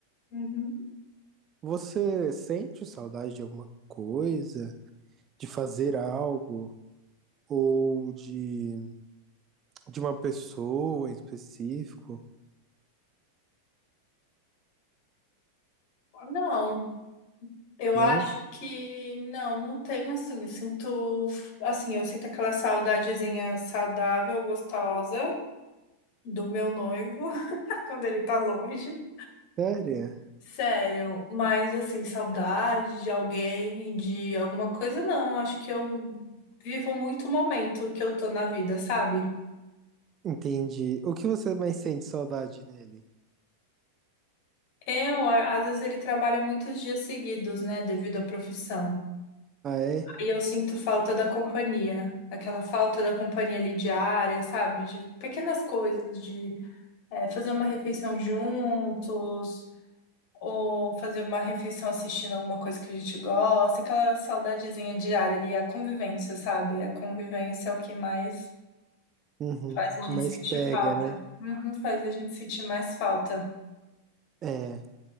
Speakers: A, on the left (about 45°); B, on the right (about 30°).
A: Uhum.
B: Você sente saudade de alguma coisa, de fazer algo ou de, de uma pessoa em específico?
A: Não. Eu
B: Não?
A: acho que não, não tenho assim. Eu sinto, assim, eu sinto aquela saudadezinha saudável, gostosa do meu noivo <laughs> quando ele tá longe.
B: Sério?
A: Sério, mas assim, saudade de alguém, de alguma coisa, não. Acho que eu vivo muito o momento que eu tô na vida, sabe?
B: Entendi. O que você mais sente saudade nele?
A: Eu, a- às vezes ele trabalha muitos dias seguidos, né, devido à profissão.
B: Ah, é?
A: E eu sinto falta da companhia, aquela falta da companhia ali diária, sabe? De pequenas coisas, de eh, fazer uma refeição juntos, ou fazer uma refeição assistindo alguma coisa que a gente gosta, aquela saudadezinha diária ali, a convivência, sabe? A convivência é o que mais
B: Uhum,
A: faz a gente
B: mas
A: sentir
B: pega,
A: falta.
B: né?
A: Uhum, faz a gente sentir mais falta.
B: É.